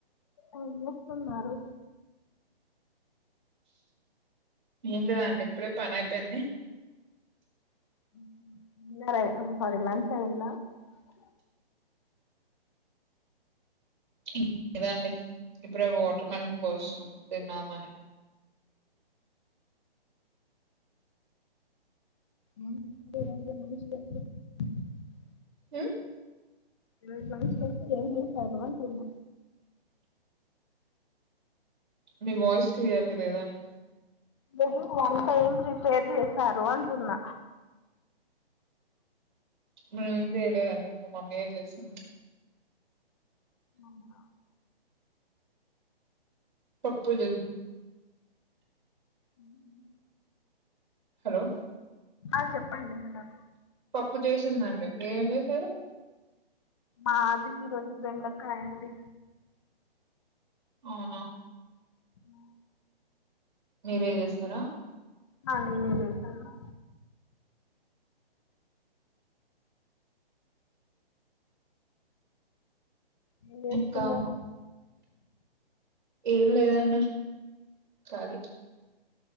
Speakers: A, on the left; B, on the right.
A: ఏం చేస్తూన్నారు.
B: ఏం లేదా అండి ఇప్పుడే పని అయిపోయింది
A: <unintelligible>
B: ఏం లేదండి ఇప్పుడే వాటర్ మెడల్ కోసం తిన్నామని
A: <unintelligible>
B: హ
A: మీరు లాస్ట్ వరకు ఏం చేశారు అంటున్న
B: మీ వాయిస్ క్లియర్గా లేదండి
A: మీరి వన్ టైం ప్రిపేర్ చేశారు అంటున్నా
B: మేం ఏేం చేయలేదు అండి అన్నట్ మా మమ్మీ ఎ చేసింది
A: అవునా
B: పప్పు జ
A: ఉమ్
B: హలో
A: ఆ చెప్పండి హలో
B: పప్పు చేసిందండి మీరేం చేసారు
A: మాది ఈ రోజు బెండకాయా అండి
B: అవునా
A: ఆ
B: మీరే చేస్తారా
A: ఆ నేనే చేశా అండి ఏం చేస్తుకున్నారు
B: ఇంకా ఏం లేద అండి ఖాలీ